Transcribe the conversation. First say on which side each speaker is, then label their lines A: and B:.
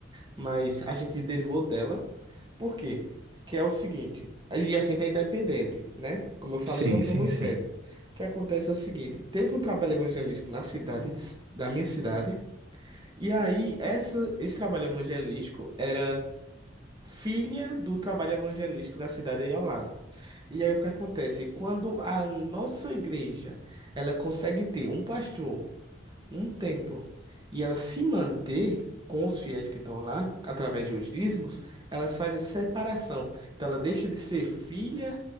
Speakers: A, on the right; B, on the right.
A: mas a gente derivou dela. Por quê? Que é o seguinte, e a gente é independente, né? Como eu falei,
B: Sim,
A: não temos
B: sim, sim.
A: sede. O que acontece é o seguinte, teve um trabalho evangelístico na cidade, de- da minha cidade, e aí essa, esse trabalho evangelístico é filha do trabalho evangelístico da cidade aí ao lado. E aí o que acontece? Quando a nossa igreja, ela consegue ter um pastor um templo e ela se manter com os fiéis que estão lá, através de os dízimos, elas faz a separação. Então ela deixa de ser filha